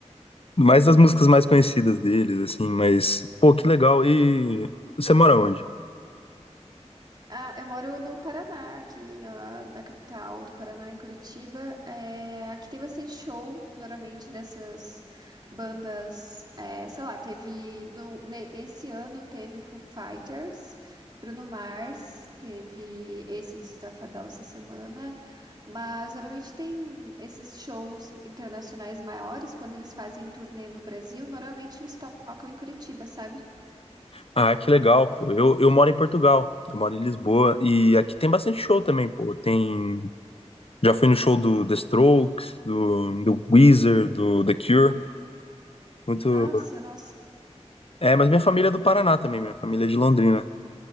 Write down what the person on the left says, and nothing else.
mais das músicas mais conhecidas deles, assim, mas, pô, que legal. E você mora onde?
Ah, que legal, pô. Eu, eu moro em Portugal, eu moro em Lisboa, e aqui tem bastante show também, pô. Tem. Já fui no show do The Strokes, do, do Weezer, do The Cure. Muito.
É, mas minha família é do Paraná também, minha família é de Londrina.